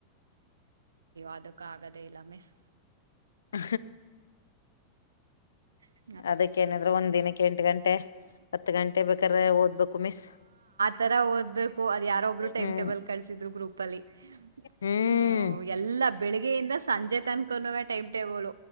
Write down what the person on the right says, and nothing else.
ಅದುಕ್ಕ ಆಗದೇ ಇಲ್ಲ ಮಿಸ್.
ಹ್ಮ <inaudible>
ತರ ಓದ್ಬೇಕು ಅದು ಯಾರೊಬ್ರು ಟೈಮ್
ಟೇಬಲ್ ಕಳಿಸಿದ್ರು ಗ್ರೂಪ್ ಅಲ್ಲಿ
ಹ್ಮ ಎಲ್ಲ ಬೆಳಿಗ್ಗೆ ದ ಸಂಜೆ ತನ್ಕವ ಟೈಮ್ ಟೇಬಲ್